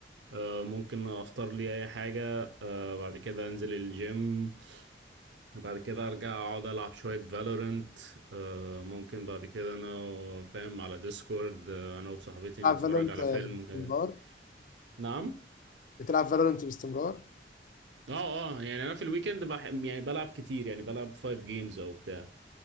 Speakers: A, on the right; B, on the left.
A: آه، ممكن افطر لي اي حاجه آه، بعد كده انزل الجيم بعد كده ارجع اقعد العب شويه فالورنت ممكن بعد كده انا فاهم على ديسكورد آه، انا وصاحبتي
B: بتلعب
A: نتفرج
B: فالورنت
A: على
B: باستمرار
A: فيلم كده نعم
B: بتلعب فالورنت باستمرار
A: اه اه يعني انا في الويكند بح... يعني بلعب كتير يعني بلعب 5 جيمز او بتاع